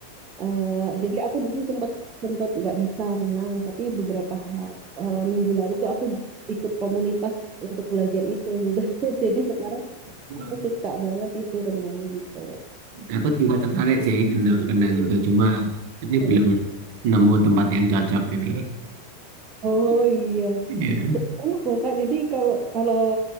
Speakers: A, on the right; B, on the right.
A: eh, jadi aku dulu sempat sempat nggak bisa renang, tapi beberapa ha- eh, minggu lalu tuh aku ikut komunitas untuk belajar itu gitu. <laughs> Jadi sekarang
B: Hmm.
A: aku suka banget itu renang gitu.
B: Aku juga tertarik sih untuk renang itu, cuma ini
A: Mm-mm.
B: belum nemu tempat yang cocok ini.
A: Oh iya
B: Iya,
A: Enak loh Kak. Jadi kalau kalau